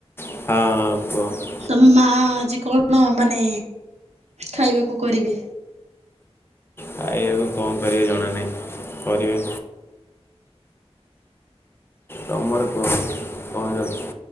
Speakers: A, on the left (about 20°); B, on the right (about 80°).
A: ହଁ ହଁ କୁହ।
B: ତମ ମା ଆଜି କଣ ମାନେ ଖାଇବାକୁ କରିବେ?
A: ଖାଇବାକୁ କଣ କରିବେ ଜଣା ନାଇଁ, କରିବେ। ତମର କୁହ କଣ ଚାଲିଛି?